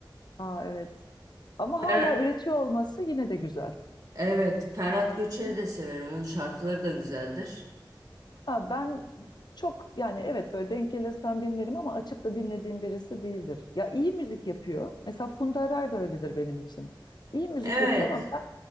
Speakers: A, on the left; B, on the right.
A: Aa, evet ama
B: Fer-
A: hala üretiyor olması yine de güzel.
B: Evet, Ferhat Göçer'i de severim. Onun şarkıları da güzeldir.
A: Ya ben çok yani evet böyle denk gelirsem dinlerim ama açıp da dinlediğim birisi değildir. Ya iyi müzik yapıyor. Mesela Funda Arar da öyledir benim için. İyi müzik
B: Evet,
A: yapıyor ama ben,